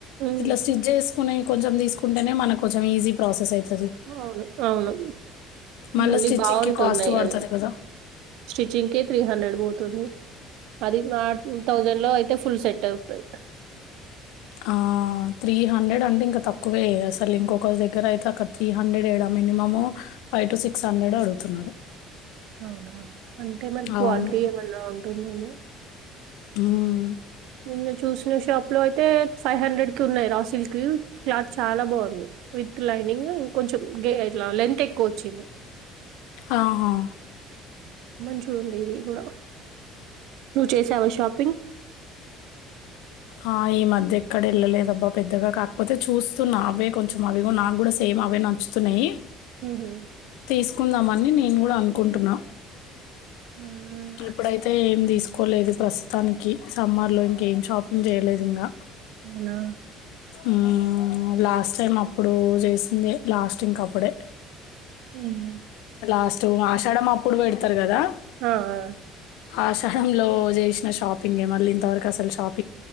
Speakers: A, on the right; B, on the left.
A: ఉమ్,
B: ఇట్లా స్జ్ చేసుకునే కొంచెం తీసుకుంటేనే మన కొంచెం ఈజీ ప్రాసెస్ అయితే
A: అవును అవును
B: మళ్ళా
A: మళ్ళీ
B: స్టిచ్చింగ్‌కి
A: బాగుంటున్నాయి
B: కాస్ట్ పడతది
A: అవి
B: గదా!
A: స్టిచ్చింగ్ కి త్రీ హండ్ర ఎడు పోతుంది అదిూ ఆ థౌజండ్ లో అయితే ఫుల్ సెట్ అవతా
B: ఆ త్రీ హండ్రెడ్ అంటే ఇంకా తక్కువే అసలు ఇంకొక దగ్గర అయితే అక్కడ త్రీ హండ్రెడ్ ఏడా minimum five to six hundred అడుగుతున్నారు
A: అవునా అంటే మరి క్వాలిటీ
B: అవును.
A: ఏమన్నా ఉంటుందేమో
B: ఉమ్
A: నిన్న చూసిన షాప్ లో అయితే ఫైవ్ హండ్రెడ్ కి ఉన్నాయి రా సిల్క్ క్లాత్ చాలా బాగుంది విత్ లైనింగ్ ఇంకోంచం గ ఇట్లా లెంత్ ఎక్కువ వచ్చింది
B: ఆహా
A: మంచిగా ఉంది ఇది కూడా నువ్వు చేసావా షాపింగ్
B: ఆ ఈ మధ్య ఎక్కడ వెళ్ళలేదబ్బా పెద్దగా కాకపోతే చూస్తూ నా అవే కొంచెం అవిగ నాకు కూడా సేమ్ అవే నచ్చుతున్నాయి
A: ఉహుమ్
B: తీసుకుందామని నేను కూడా అనుకుంటున్నా
A: హ్మ్.
B: ఇప్పుడైతే ఏం తీసుకు కోలేదు ప్రస్తుతానికి సమ్మార్లో ఇంకేం షాపింగ్ చేయలేదు ఇంగా
A: అవునా
B: ఉమ్మ్ లాస్ట్ టైమ్ అప్పుడు చేసింది లాస్టింగ్కి అప్పుడే
A: ఉమ్
B: లాస్ట్ ఆషాడ అప్పుడు పెడతారు కదా
A: ఆ! ఆ!
B: ఆషాడలో చేసిన షాపింగ్ మళ్ళీ ఇంతవరకు అసలు షాపింగ్